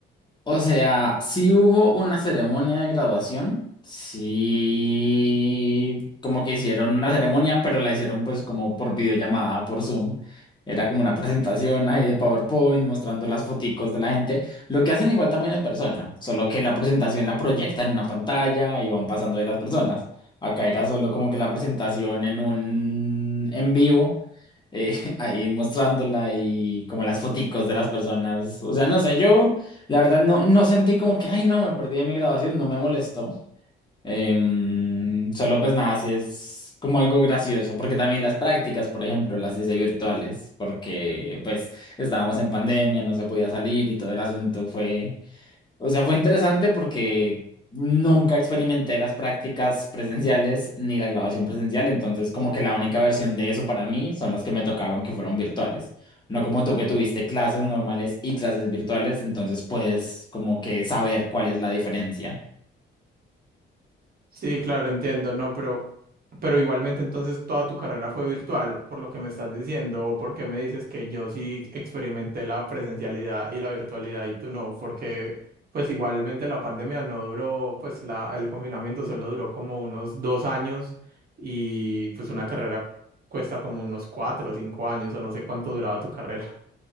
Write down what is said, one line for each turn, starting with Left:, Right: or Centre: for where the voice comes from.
Left: O sea, sí hubo una ceremonia de graduación, sí, como que hicieron una ceremonia, pero la hicieron pues como por videollamada, por Zoom. Era como una presentación ahí de PowerPoint mostrando las foticos de la gente, lo que hacen igual también en persona, solo que la presentación la proyectan en una pantalla y van pasando de las personas. Acá era solo como que la presentación en un en vivo eh, <laughs> ahí mostrándola y como las foticos de las personas. O sea, no sé, yo la verdad no, no sentí como que, ay, no, me perdí de mi grabación, no me molestó. Em, solo pues nada, si es como algo gracioso, porque también las prácticas, por ejemplo, las hice virtuales, porque pues estábamos en pandemia, no se podía salir y todo el asunto fue o sea, fue interesante porque nunca experimenté las prácticas presenciales ni la grabación presencial, entonces como que la única versión de eso para mí son las que me tocaron que fueron virtuales. No como tú que tuviste clases normales y clases virtuales, entonces puedes como que saber cuál es la diferencia.
Right: Sí, claro, entiendo, no, pero, pero igualmente entonces toda tu carrera fue virtual, por lo que me estás diciendo, o porque me dices que yo sí experimenté la presencialidad y la virtualidad y tú no, porque pues igualmente la pandemia no duró, pues la, el confinamiento solo duró como unos dos años y pues una carrera cuesta como unos cuatro o cinco años o no sé cuánto duraba tu carrera.